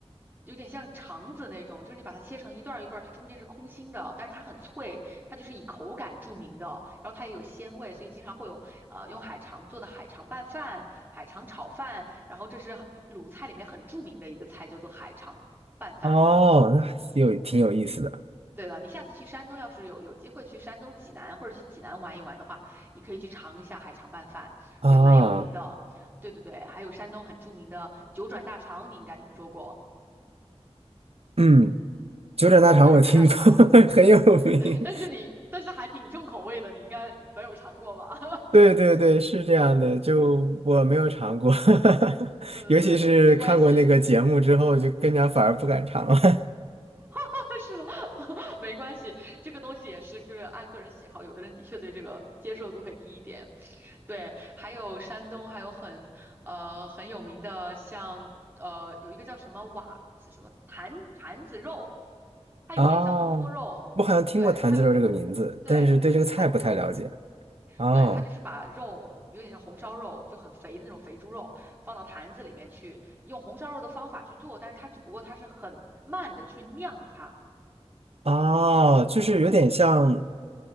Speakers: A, on the right (about 20°); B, on the right (about 65°).
A: 有点像肠子那种，就是你把它切成一段儿一段儿，它中间是空心的，但是它很脆，它就是以口感著名的，然后它也有鲜味，所以经常会有呃用海肠做的海肠拌饭、海肠炒饭，然后这是鲁菜里面很著名的一个菜，叫做海肠拌饭。
B: 哦，那有挺有意思的
A: 对了，你下次去山东，要是有有机会去山东济南或者去济南玩一玩的话，你可以去尝一下海肠拌饭，
B: 啊，
A: 对，蛮有名的。对对对，还有山东很著名的九转大肠，你应该听说过
B: 嗯。九转大肠我听过，
A: 九转大肠，
B: <laughs> 很有名。
A: <laughs> 但是你但是还挺重口味的，你应该没有尝过吧？
B: 对对对，是这样的，就我没有尝过，
A: <laughs> 嗯，
B: <laughs>
A: 对对对，
B: 尤其是看过那个节目之后，
A: 没关系。
B: 就更加反而不敢尝了。
A: <laughs> 是吗？<laughs> 没关系，这个东西也是就是按个人喜好，有的人的确对这个接受度会低一点。对，还有山东还有很呃很有名的像呃有一个叫什么瓦是什么坛坛子肉，
B: <laughs>
A: 它有点像东坡肉，
B: 哦，我好像听过坛子肉这个名字，
A: 对，它有对对坛子肉，
B: 但是对这个菜不太了解。哦
A: 对，它就是把肉。有点像红烧肉，就很肥的那种肥猪肉，放到坛子里面去，用红烧肉的方法去做，但是它只不过它是很慢的去酿它，
B: 哦，就是有点像